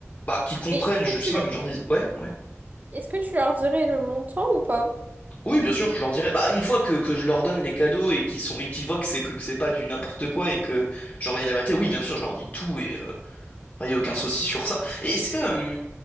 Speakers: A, on the left; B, on the right.
A: Bah, qu'ils comprennent,
B: Mais est-ce que
A: je sais
B: tu,
A: pas, mais que je leur dise, ouais, ouais.
B: est-ce que tu leur dirais le montant ou pas?
A: Oui, bien sûr, je leur dirais. Bah, une fois que, que je leur donne les cadeaux et qu'ils sont, et qu'ils voient que c'est que, que c'est pas du n'importe quoi et que je leur dis la vérité, oui, bien sûr, je leur dis tout et euh, Enfin, il n'y a aucun souci sur ça. Et est-ce que, hum,